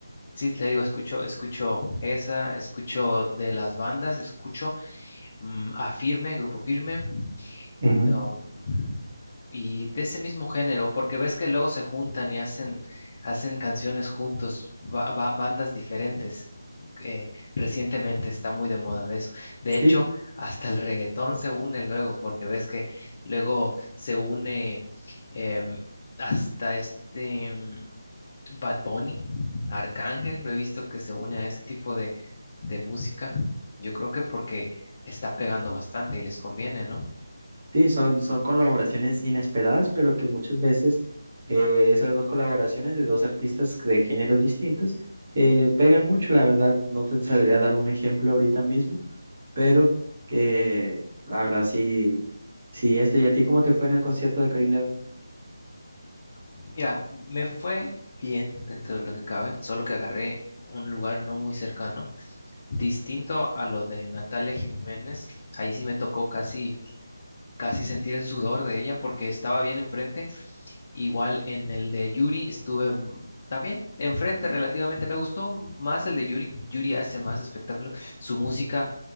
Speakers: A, on the left (about 30°); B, on the right (about 45°).
A: Sí, te digo, escucho, escucho esa, escucho de las bandas, escucho. mm, a Firme, Grupo Firme.
B: Ujú.
A: um, y de ese mismo género, porque ves que luego se juntan y hacen, hacen canciones juntos, ba- ba- bandas diferentes. eh, recientemente está muy de moda de eso. De
B: Sí,
A: hecho, hasta el reggaetón se une luego, porque ves que luego se une em, hasta este em, Bad Bunny, Arcángel, lo he visto que se une a ese tipo de, de música. Yo creo que porque está pegando bastante y les conviene, ¿no?
B: sí, son, son colaboraciones inesperadas, pero que muchas veces eh, esas dos colaboraciones de dos artistas de géneros distintos eh, pegan mucho, la verdad. No te sabría dar un ejemplo ahorita mismo pero que la verdad sí, sí esto. ¿Y a ti cómo te fue en el concierto de Karim León?
A: Mira, me fue bien dentro de lo que cabe, solo que agarré un lugar no muy cercano, distinto a lo de Natalia Jiménez. Ahí sí me tocó casi, casi sentir el sudor de ella porque estaba bien enfrente. Igual en el de Yuri estuve mm, también enfrente relativamente. Me gustó más el de Yuri. Yuri hace más espectáculo. Su música